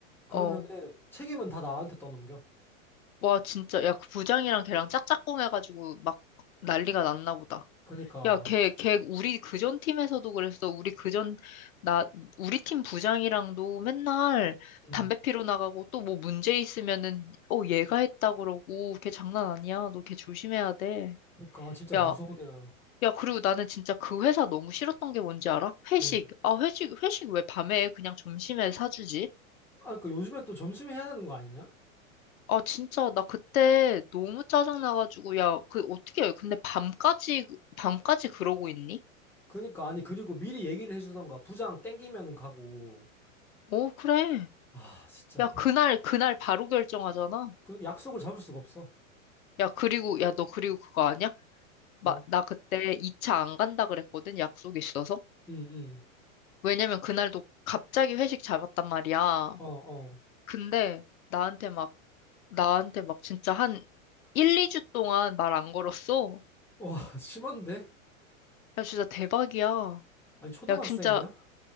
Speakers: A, in the centre; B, on the left.
A: 그러면은
B: 어,
A: 책임은 다 나한테 떠넘겨.
B: 와, 진짜, 야, 그 부장이랑 걔랑 짝짝꿍 해가지고 막 난리가 났나 보다.
A: 그러니까,
B: 야, 걔, 걔, 우리 그전 팀에서도 그랬어. 우리 그전, 나, 우리 팀 부장이랑도 맨날
A: 음,
B: 담배 피러 나가고 또 뭐 문제 있으면은, 어, 얘가 했다 그러고, 걔 장난 아니야. 너 걔 조심해야 돼.
A: 그러니까, 아, 진짜 무서운
B: 야,
A: 애야.
B: 야, 그리고 나는 진짜 그 회사 너무 싫었던 게 뭔지 알아? 회식.
A: 뭔,
B: 아, 회식, 회식 왜 밤에 해? 그냥 점심에 사주지?
A: 아, 그 요즘엔 또 점심에 해야 되는 거 아니냐?
B: 아, 진짜, 나 그때 너무 짜증나가지고, 야, 그, 어떻게, 근데 밤까지, 밤까지 그러고 있니?
A: 그러니까, 아니, 그리고 미리 얘기를 해주던가, 부장 땡기면은 가고,
B: 어, 그래.
A: 아, 진짜.
B: 야, 그날, 그날 바로 결정하잖아.
A: 그 약속을 잡을 수가 없어.
B: 야, 그리고, 야, 너 그리고 그거 아니야? 마,
A: 뭐?
B: 나 그때 2차 안 간다 그랬거든, 약속 있어서.
A: 응, 응,
B: 왜냐면 그날도 갑자기 회식 잡았단 말이야.
A: 어, 어.
B: 근데 나한테 막, 나한테 막 진짜 한 1, 2주 동안 말 안 걸었어.
A: 와, 심한데?
B: 야, 진짜 대박이야.
A: 아니, 초등학생이야?
B: 야, 진짜,